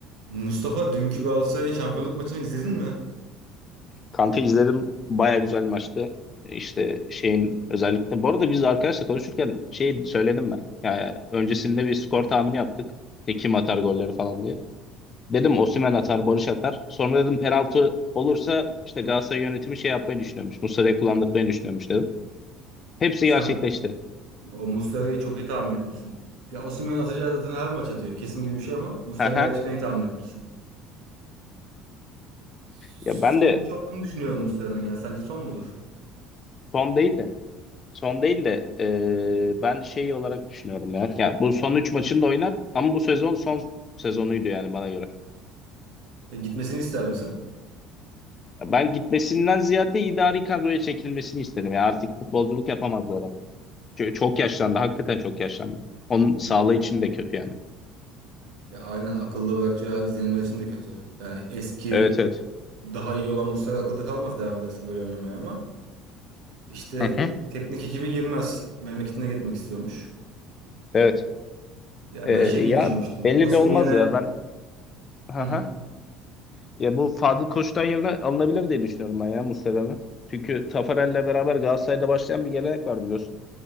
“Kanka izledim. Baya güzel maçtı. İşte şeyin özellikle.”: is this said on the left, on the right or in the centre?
Left